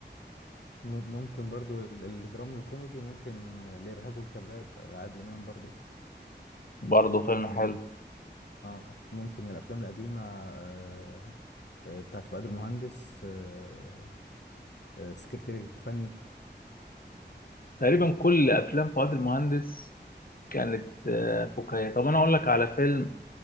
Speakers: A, on the left; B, on the left.
A: م- ممكن برضو ال- الدرامي وكوميدي ممكن آه، الارهاب والكباب عادل امام برضو
B: برضو فيلم حلو
A: مم. اه ممكن من الافلام القديمه آه، آه، بتاعت فؤاد المهندس آه، آه، السكرتير الفني
B: تقريبا كل افلام فؤاد المهندس كانت آه، فكاهية طب انا اقول لك على فيلم